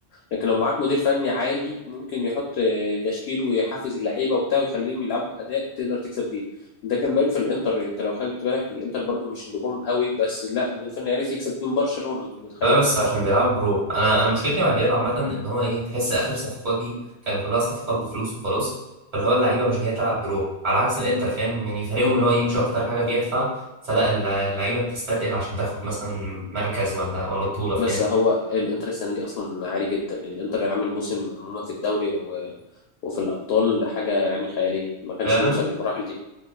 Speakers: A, on the left (about 65°); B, on the right (about 40°).
A: لكن لو معاك مدير فني عالي ممكن يحط آه، تشكيل ويحفز اللعيبه وبتاع ويخليهم يلعبوا باداء تقدر تكسب بيه ده كان باين في الانتر يعني انت لو خدت بالك الانتر برضه مش نجوم قوي بس لا المدير الفني عرف يكسب بيهم برشلونه انت متخيل
B: لا بس عشان بيلعبوا بروح انا انا مشكلتي مع الريال عامة ان هو ايه تحس اخر صفقات دي كان كلها صفقات بفلوس وخلاص فاللي هو اللعيبة مش جاية تلعب بروح على عكس الانتر فاهم يعني فريقهم اللي هو ايه مش اكتر حاجة بيدفع فلا اللع- اللعيبة بتستثقل عشان تاخد مثلا مركز ولا ولا بطولة فاهم
A: بس هو الانتر السنه دي اصلا عالي جدا الانتر عامل موسم عموما في الدوري و... وفي الابطال حاجه يعني خياليه ما كانش
B: فعلا
A: بيوصل للمراحل دي